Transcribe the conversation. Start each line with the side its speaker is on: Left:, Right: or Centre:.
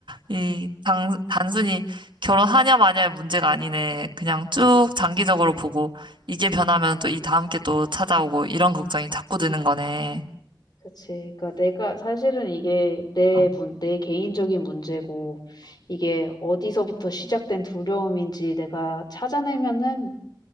Right: 이, 당, 단순히 결혼하냐 마냐의 문제가 아니네. 그냥 쭉 장기적으로 보고 이게 변하면 또 이 다음 게 또 찾아오고 이런 걱정이 자꾸 드는 거네.
Left: 그치. 그러니까 내가 사실은 이게 내
Right: 어,
Left: 문, 내 개인적인 문제고 이게 어디서부터 시작된 두려움인지 내가 찾아내면은